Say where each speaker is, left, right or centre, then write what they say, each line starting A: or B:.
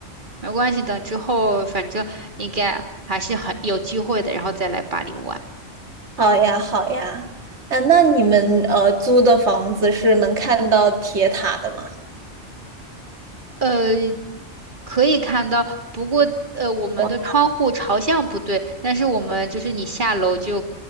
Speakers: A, on the right; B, on the right.
A: 没关系等之后反正应该还是很有机会的，然后再来巴黎玩。
B: 好呀好呀，啊，那你们呃租的房子是能看到铁塔的吗？
A: 呃，可以看到，不过呃，我们的窗户朝向不对，
B: 哇
A: 但是我们就是你下楼就